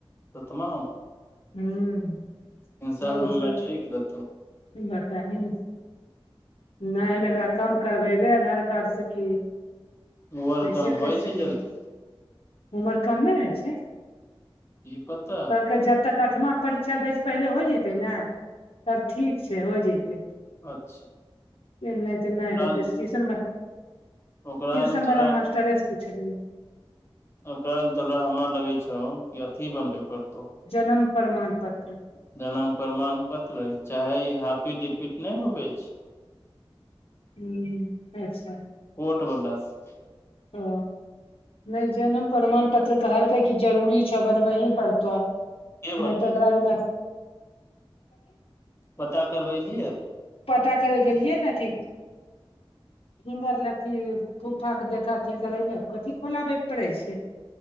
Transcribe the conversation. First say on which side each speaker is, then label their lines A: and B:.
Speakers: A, on the left; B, on the left.
A: शतमा मऽ
B: हु
A: साल
B: उ
A: मे
B: सब
A: मैट्रिक देतौ
B: बताहिन ने नहि हम ऐकरा कम करबेबे आधार कार्ड से की
A: उम्र
B: ऐसे
A: कम
B: कैसे
A: होई छै
B: करबै
A: जल्दी
B: उमर काम नहि होई छै कहलक
A: की पता
B: जब तक अठमा के परीक्षा दै सँ पहिले होई जतै ने तब ठीक छै होई जतै
A: अच्छा
B: नहि त नहि होते
A: ओकरा
B: टीशन ट्यूशन
A: ओकरा ल तोरा
B: वाला मास्टरे से पुछलियै
A: ओकरा ल तोरा हमरा लगै छौ कि अथी बनबै परते
B: जन्म प्रमाण पत्र
A: जन्म प्रमाण पत्र चाहे ई हॉपिडीपिट नहि होवे छै
B: हु अच्छा
A: कोट वाला सँ
B: ओ नहि जनम प्रमाण पत्र कहलकै कि जरूरी छ बनबै ही पड़तह नहि
A: बनबै
B: तऽ अकरा
A: छै
B: विना
A: पता करबैलहिन
B: पता करे गेलियए अथी फिंगर लेथि फूफा कऽ देखय कथी करे ले कथी खोलाबे पड़े छै